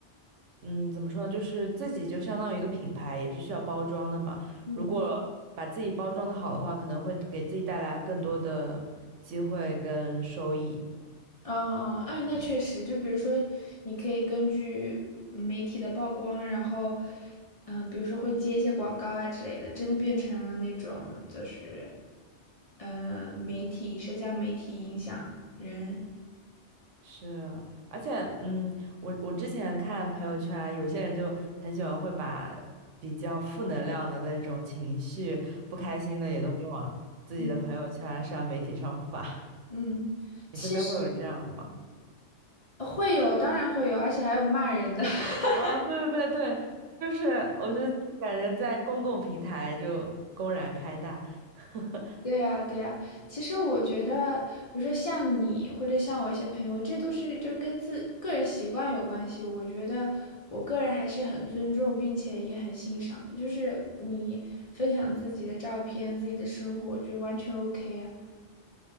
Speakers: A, on the right (about 85°); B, on the left (about 35°).
A: 嗯，怎么说呢，就是自己就相当于一个品牌，也是需要包装的嘛。
B: 嗯。
A: 如果把自己包装的好的话，可能会给自己带来更多的机会跟收益。
B: 嗯嗯，哎，那确实，就比如说，你可以根据嗯媒体的曝光，然后，嗯、比如说会接一些广告啊之类的，真的变成了那种就是，呃，媒体、社交媒体影响人。
A: 是，而且，嗯，我我之前看朋友圈，有些人就很喜欢会把比较负能量的那种情绪、不开心的也都会往自己的朋友圈、
B: 嗯
A: 社交媒体上发。<laughs>
B: 嗯，其实
A: 你身边会有这样的吗？
B: 会有，当然会有，而且还有骂人的。<laughs>
A: 啊，对对对对，就是我就感觉在公共平台就公然开大，<laughs>
B: 对呀，对呀，其实我觉得，比如说像你或者像我一些朋友，这都是就是跟自个人习惯有关系。我觉得我个人还是很尊重，并且也很欣赏的。就是你分享自己的照片、自己的生活，我觉得完全 OK 啊。